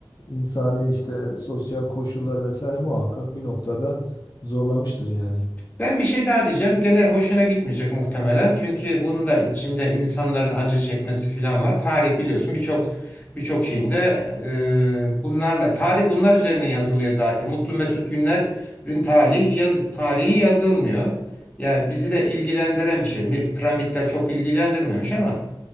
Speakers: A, on the left; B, on the left.
A: insani işte sosyal koşullar vesaire muhakkak bir noktada zorlamıştır yani.
B: Ben bir şey daha diyeceğim. Gene hoşuna gitmeyecek muhtemelen. Çünkü bunun da içinde insanların acı çekmesi falan var. Tarih biliyorsun birçok birçok şeyinde e, bunlarla tarih bunlar üzerine yazılıyor zaten. Mutlu Mesut Günler'in tarihi yaz, tarihi yazılmıyor. Yani bizi de ilgilendiren bir şey. Mi- Piramitler çok ilgilendirmemiş ama